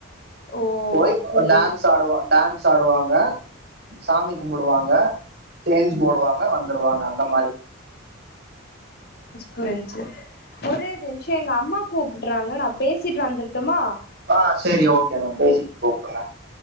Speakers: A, on the left (about 50°); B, on the right (about 50°).
A: ஓ
B: போய்
A: அப்டி
B: டான்ஸ் ஆடுவா டான்ஸ் சாப்டுவாங்க சாமி கும்புடுவாங்க சேஞ்ச் போடுவாங்க வந்துருவாங்க அந்த மாரி
A: புரிய் சு ஒரே நிம்ஷம் எங்க அம்மா கூப்பிடுறாங்க நா பேச ச்சிட்டு வந்துரட்டுமா
B: ஆஹ் சரி ஓகே மேம் பேசிட்டு கூப்டுங்க